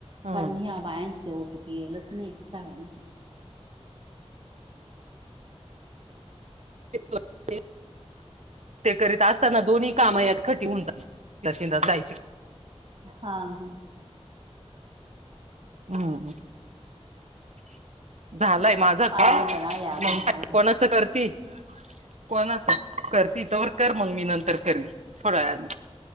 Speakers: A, on the right; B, on the right.
A: हम्म
B: कारण या बायांचे ओटी पी येलच. नाही चाव्यांचे.
A: ते. ते करीत असताना दोन्ही कामं यात खटी होऊन ल लात जायची
B: हा हा.
A: हम्. झालाय माझा
B: पाच
A: कॉल म्हणताय
B: गट राहिले अजून माझे
A: कोणाच करती कोणाच करते तरवर कर मग मी नंतर कर थोड्या वेळानी